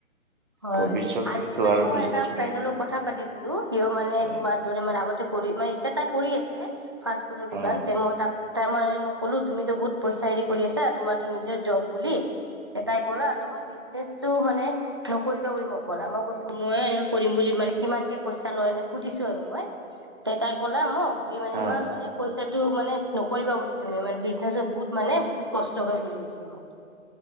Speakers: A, on the right; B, on the right.
A: হয়
B: ভৱিষ্যত
A: আজি
B: হয়তো
A: মানে
B: আৰু
A: মই
B: বিজনেচ
A: এটা
B: কৰিম।
A: ফ্ৰেণ্ডৰ লগত কথা পাতিছিলো। সিও মানে
B: অ
A: তোমাৰ দৰে মানে আগতে কৰি মানে এতিয়া তাই কৰি আছে ফাষ্ট ফুডৰ দোকান
B: অ
A: তে মই তাক তাৰ মানে মই ক'লো তুমি বহুত পইচা হেৰি কৰি আছা তোমাৰতো নিজৰ জব বুলি। তাই ক'লা নহয় বিজনেচ। তো মানে নকৰিবা বুলি মই মোক ক'লে মই কৈছো ময়ো এনেকে কৰিম বুলি মানে কিমানকে পইচা লয় সুধিছো আৰু মই তে তাই ক'লে মোক যি মানে
B: অ
A: ইমান মানে পইচা টো মানে নকৰিবা বুলি তুমি মানে বিজনেচত বহুত মানে কষ্ট হয় বুলি কৈছে মোক